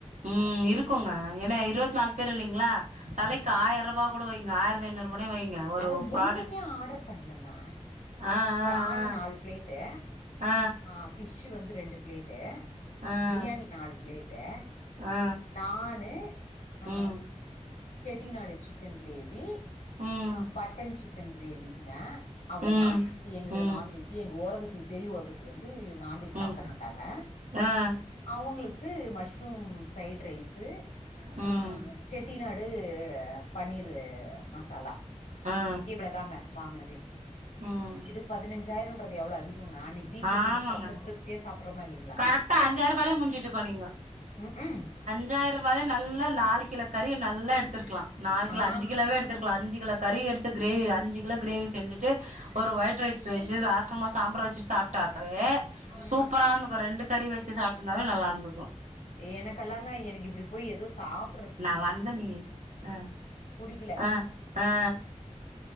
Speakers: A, on the right; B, on the left.
A: ம் இருக்குங்க ஏன்னா இருவத்தி நாலு பேர் இல்லேங்களா
B: ம்ம்
A: தலைக் ஆயிர ரூபா கூட வைங்க ஆயிரத்தி ஐநூருபானே வைங்க ஒரு
B: அட
A: ப்ராடக்ட்
B: ஒண்ணுமே ஆடர் பண்லங்க
A: ஆ
B: ப்ரானு
A: ஆ
B: நாலு பிளேட்டு
A: ஆ
B: ஆ ஃபிஷ் வந்து ரெண்டு பிளேட்டு
A: ஆ ஆ
B: பிரியாணி நாலு பிளேட்டு
A: ஆ
B: நானு அ
A: ம்
B: செட்டிநாடு சிக்கன் கிரேவி
A: ம்
B: அ பட்டன் சிக்கன் கிரேவிங்க அவ்ளதா
A: ம்
B: இது எங்களது
A: ம்
B: நான்வெஜ்ஜு எங்க ஒரவத்தி பெரிய ஓரவத்தி வந்து நான்வெஜ்
A: ம்
B: சாப்ட மாட்டாங்க
A: ஆ
B: அவங்களு க்கு மஷ்ரூம் ஃப்ரைட் ரைஸு
A: ம்
B: ஆ செட்டிநாடு பன்னீரு மசாலா
A: ஆ
B: இவ்ளதாங்க வாங்கினதே
A: ம்
B: இதுக்கு பதினஞ்சாய்ரோன்றது எவ்ளோ அதிகங்க அன்க்கு வீட்ல
A: ஆமாங்க
B: செஞ்சு சாப்ட்டா திருப்தியா சாப்பறோமா இல்லைங்களா
A: கரெக்டா அஞ்சாயிர ரூபாலே முடிஞ்சுட்டுக்கோ நீங்க
B: ம் ம்
A: அஞ்சாயிர ரூபால நல்ல நாலு கிலோ கறிய நல்லா எடுத்திருக்கலா நாலு கிலோ
B: ஆ
A: அஞ்சு கிலோவே எடுத்திருக்கலா அஞ்சு கிலோ கறி எடுத்து கிரேவி அஞ்சு கிலோ கிரேவி செஞ்சுட்டு ஒரு ஒயிட் ரைஸ் வச்சு ரசமோ சாம்பாரோ வச்சுட்டு சாப் ட்டாவே
B: ம்
A: சூப்பரா இருந்துக்கு ரெண்டு கறி வச்சு சாப்ட்ருந்தாலு நல்லா இருந்துருக்கு
B: எனக்கெல்லாங்க எனக்கு இப்டி போய் ஏதோ சாப்
A: நா வந்த நீ ஆ
B: புடிக்கல
A: ஆ ஆ